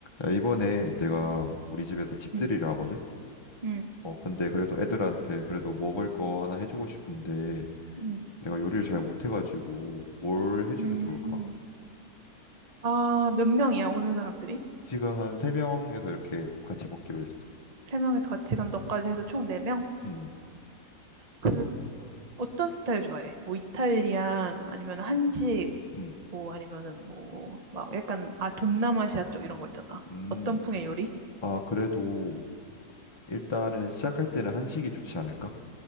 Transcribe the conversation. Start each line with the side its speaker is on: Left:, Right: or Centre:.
Left: 야, 이번에 내가 우리 집에서 집들이를
Right: 응,
Left: 하거든?
Right: 응,
Left: 어, 근데 그래서 애들한테 그래도 먹을 거 하나 해주고 싶은데
Right: 응,
Left: 내가 요리를 잘 못해가지고 뭘 해주면
Right: 응.
Left: 좋을까?
Right: 아, 몇 명이야, 오는 사람들이?
Left: 지금 한 세명에서 이렇게 같이 먹기로 했어.
Right: 세 명에서 같이 그럼 너까지 해서
Left: 음,
Right: 총 네 명?
Left: 음,
Right: 그 어떤 스타일 좋아해? 뭐 이탈리안 아니면 한식
Left: 음.
Right: 뭐 아니면은 뭐 막 약간 아 동남아시아 쪽 이런 거 있잖아.
Left: 음.
Right: 어떤 풍의 요리?
Left: 아, 그래도 일단은 시작할 때는 한식이 좋지 않을까?